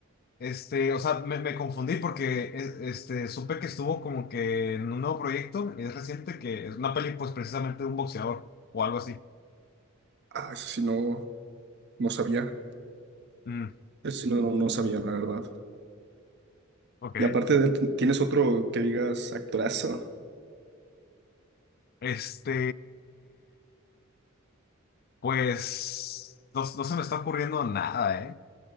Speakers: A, on the left (about 45°); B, on the right (about 55°).
A: Este, o sea, me, me confundí porque es- este, supe que estuvo como que en un nuevo proyecto, y es reciente, que es una peli, pues precisamente de un boxeador o algo así.
B: Ah, eso sí no, no sabía,
A: Mm,
B: eso sí no, no, no sabía, la verdad.
A: ok.
B: Y aparte de él, ¿tienes otro que digas actorazo?
A: Este, pues no, no se me está ocurriendo nada, ¿eh?